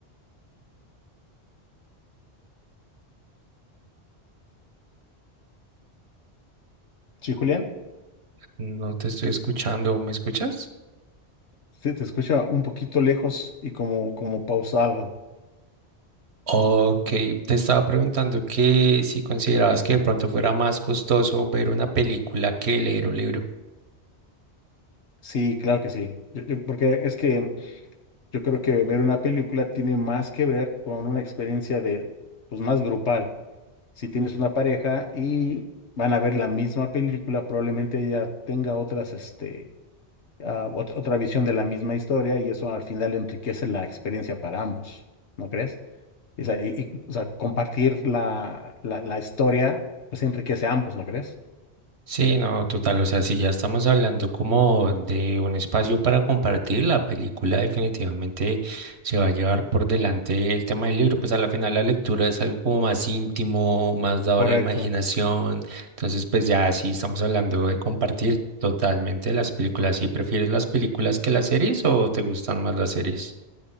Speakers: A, on the left; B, on the right.
A: Sí, Julián,
B: No te estoy escuchando, ¿me escuchas?
A: se te escucha un poquito lejos y como, como pausado.
B: Ok, te estaba preguntando que si considerabas que de pronto fuera más costoso ver una película que leer un libro.
A: Sí, claro que sí. Yo- yo- porque es que Yo creo que ver una película tiene más que ver con una experiencia de, pues más grupal. Si tienes una pareja y van a ver la misma película, probablemente ella tenga otras, este, ah, ot- otra visión de la misma historia y eso al final enriquece la experiencia para ambos, ¿no crees? O sea, y- y, o sea, compartir la, la, la historia, pues enriquece a ambos, ¿no crees?
B: Sí, no, total, o sea, si ya estamos hablando como de un espacio para compartir, la película definitivamente se va a llevar por delante el tema del libro, pues a la final la lectura es algo como más íntimo, más dado
A: Correcto.
B: a la imaginación, entonces pues ya sí estamos hablando de compartir totalmente las películas. ¿Y prefieres las películas que las series o te gustan más las series?